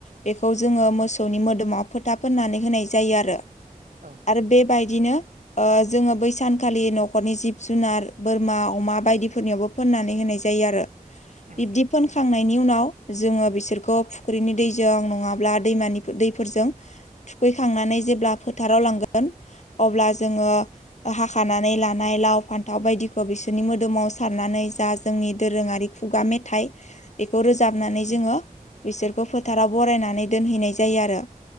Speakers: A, on the left (about 55°); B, on the right (about 60°).
A: बेखौ जोङो मोसौनि मोदोमाव फोथा फोननानै होनाय जायो आरो
B: औ
A: आरो बेबायदिनो ओ जोङो बै सानखालि न'खरनि जिब जुनार बोरमा अमा बायदिफोरनियावबो फोननानै होनाय जायो आरो
B: उम
A: बिब्दि फोनखांनायनि उनाव जोङो बिसोरखौ फुख्रिनि दैजों नङाब्ला दैमानि दैफोरजों थुखैखांनानै जेब्ला फोथाराव लांगोन अब्ला जोङो हाखानानै लानाय लाव फान्थाव बायदिखौ बिसोरनि मोदोमाव साननानै जा जोंनि दोरोङारि खुगा मेथाय बेखौ रोजाबनानै
B: उम
A: जोङो बिसोरखौ फोथाराव बरायनानै दोनहैनाय जायो आरो।